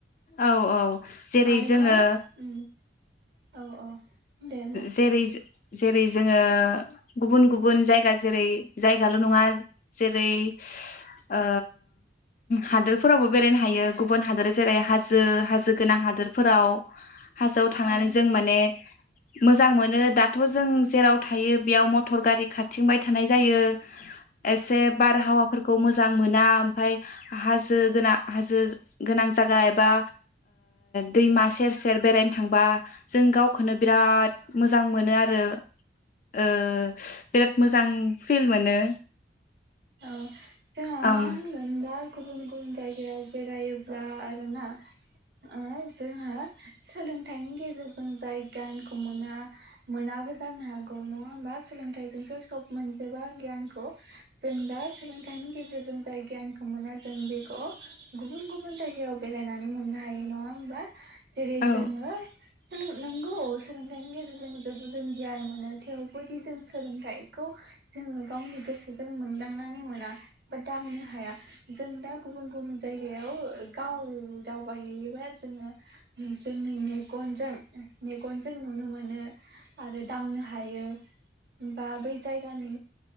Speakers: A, on the left; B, on the right.
A: औ औ जेरै
B: आरोबाव
A: जोङो
B: उम औ औ दे बुं
A: जेरै जेरै जोङो गुबुऩ-गुबुन जायगा जेरै जायगाल' नङा जेरै ओ हादोरफोरावबो बेरायनो हायो गुबुन हादोर जेरै हाजो-हाजो गोनां हादोरफोराव हाजोआव थांनानै
B: औ
A: जों माने मोजां मोनो दाथ जों जेराव थायो बेयाव मटर गारि खाारथिंबाय थानाय जायो एसे बारहावाफोरखौ मोजां मोना ओमफाय हाजो गोनां हाजो गोनां जायगा एबा दैमा सेर-सेर बेरायनो थांबा जों गावखौनो बिराद मोजां मोनो आरो ओ बिराद मोजां फिल मोनो
B: ओ जोंहा
A: ओम
B: मा होनगोन दा गुबुन-गुबुन जायगायाव बेरायोब्ला आरोना ओ जोंहा सोलोंथाइनि गेजेरजों जाय गियानखौ मोना मोनाबो जानो हागौ नंङा होमबा सोलोंथाइजोंसो सब मोनजोबो गियानखौ। जों दा सोलोंथाइनि गेजेरजों जाय गियानखौ मोना जों बेखौ गुबुन-गुबुन जायगायाव बेरायनानै मोननो हायो नंङा होमबा जेरै
A: औ
B: जोंङो नंगौ सोलोंथाइनि गेजेरजों जेबो जों गियान मोनो थेवबोदि जों सोलोंथाइखौ जोंङो गावनि गोसो जों मोनदांनानै मोना बा दांनो हाया जों दा गुबुन-गुबुन जायगायाव गाव दावबाय हैैयोबा जोङो जोंनि मेगनजों- मेगनजों नुनो मोनो आरो दांनो हायो बा बै जायगानि